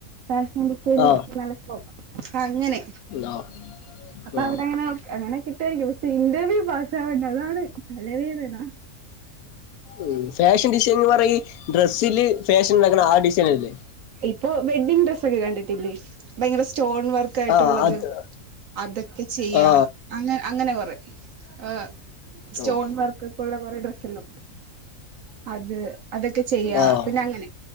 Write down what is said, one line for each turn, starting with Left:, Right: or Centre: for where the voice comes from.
Right: ഫാഷൻ ഡിസൈനിങ്
Left: ആ
Right: ഒ നല്ല സ്കോപ്പ് അ അങ്ങനെ
Left: ആ,
Right: അപ്പൊ
Left: ഓ
Right: അവിടെങ്ങനെ അങ്ങനെെ രിക്കും പക്ഷെ ഇന്റെർവ്യൂ പാസാവണ്ടേ അതാണ് തലവേദന
Left: ഉം ഫാഷൻ ഡിസൈൻന്ന് പറഞ്ഞ ഡ്രസ്സില് ഫാഷൻാക്ക ആ- ഡിസൈൻ അല്ലേ
Right: ഇപ്പോ വെഡ്ഡിങ് ഡ്രസ്ക്കെ കണ്ടിട്ടില്ലേ ഭയങ്കര സ്റ്റോ- വർക്കായിട്ടുള്ളത്
Left: ആ അത്
Right: അതൊക്കെ ചെയ്യാ
Left: ആ
Right: അങ്ങ അങ്ങനെ കൊറെ- ആ സ്റ്റോൺ
Left: ഓ
Right: വർക്ക് ഒക്കെ ഉള്ള കുറെ ഡ്രസ്സല്ലോ അത് അതൊക്കെ ചെയ്യാ
Left: ആ
Right: പിന്നെ അങ്ങനെ